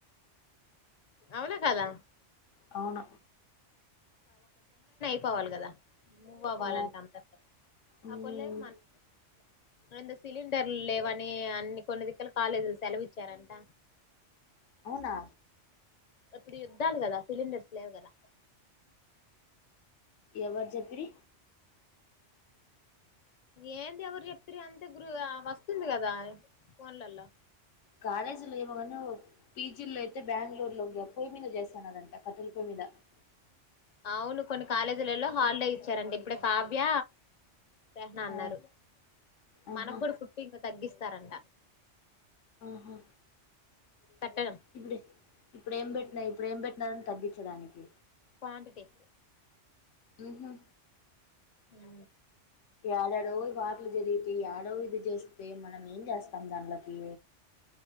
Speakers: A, on the left (about 40°); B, on the left (about 80°).
A: అవునా కదా
B: అవును
A: అవ్వాలి కదా మూవ్ అవ్వాలింటాం
B: ఆ
A: తప్పత
B: మ్మ్
A: ఆ పల్లే మన సిలిండర్లు లేవని అన్ని కొన్ని దిక్కలు కాలేజీలు సెలవు ఇచ్చారంట
B: అవునా
A: ఇప్పుడు యుద్దాలు కదా సలిండర్స్ లేవు కదా
B: ఎవరు చెప్పిరి
A: ఏంది ఎవరు చెప్తురు అంతే గురు వస్తుంది కదా ఫోన్లలో
B: కాలేజీ లో ఏమోగానీ పీజీలో అయితే బెంగళూరు లో పోయి మీద చేస్తానరంట కట్టలిపోయి మీద
A: అవును కొన్ని కాలేజీలలో హాలిడే ఇచ్చారండి ఇప్పుడు కావ్య <unintelligible> అన్నారు
B: ఆ ఆహా
A: మనకు కూడా ఫుడ్ ఇంకా తగ్గి రంట
B: ఆహా
A: పట్టడం
B: ఇప్పుడే ఇప్పుడు ఏం పెట్టినా ఇప్పుడు ఏం పెట్టినారని తగ్గించడానికి
A: క్వాంటిటీ
B: ఉహు
A: హ
B: ఏడాడో వార్లు జరిగితే ఏడో ఇది చేస్తే మనం ఏం చేస్తాం దాన్ లకి